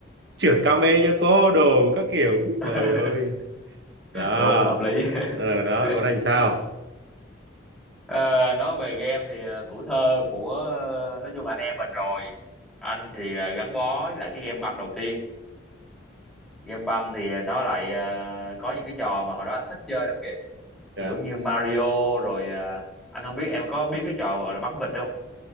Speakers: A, on the right; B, in the centre.
A: chuyển came cho cô đồ các kiểu Úi,
B: <laughs>
A: trời ơi đó
B: Đúng, hợp lý.
A: ờ, đó
B: <laughs>
A: còn anh sao
B: Ờ, nói về game thì ờ, tuổi thơ của ờ, nói chung là anh em mình rồi anh thì là gắn bó với lại cái game băng đầu tiên game băng thì nó lại ờ, có những cái trò mà hồi đó anh thích chơi lắm kìa
A: Dạ.
B: kiểu như Mario rồi ờ, anh không biết em có biết cái trò gọi là bắn vịt không